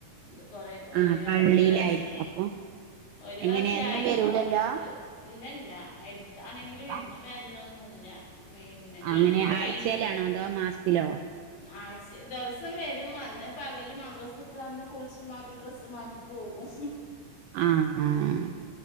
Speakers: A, on the left (about 60°); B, on the right (about 80°).
A: ഇത് കൊറേ ര
B: ആഹ് പള്ളിയിലായിരിക്കും
A: ഒരു വർഷം
B: അപ്പൊ
A: ഒരു
B: എങ്ങനെ
A: വർഷായി
B: എന്നും വരൂലല്ലോ
A: വന്നിട്ട്. ഇല്ലല്ല. എട്ത്താണെങ്കിലും
B: ആഹ്
A: എന്നും വെര്ലൊന്നുല്ല. പി ഗൾഫിലെയനി.
B: അങ്ങനെ ആഴ്ചയിലാണോ അതോ മാസത്തിലോ
A: ആഴ്ചെ ദെവസം വരും. വന്ന് പകല് മദ്രസ്ട്ട് വന്ന് കുൾ ച്ച് മാറ്റി ഡ്രെസ്സ് മാറ്റിപ്പോകും.
B: ആഹ് ആഹ്.